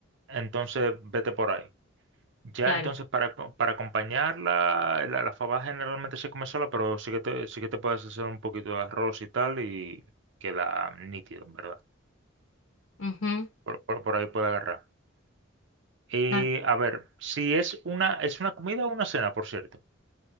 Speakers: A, on the right; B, on the left.
A: Entonces, vete por ahí. Ya,
B: claro.
A: entonces, para, co- para acompañarla, la, la fabada generalmente se come sola, pero sí que te, sí que te puedes hacer un poquito de arroz y tal y queda nítido, en verdad.
B: Ujú.
A: Por, por, por ahí puede agarrar. Eh,
B: Ah,
A: a ver, si es una, es una comida o una cena, por cierto.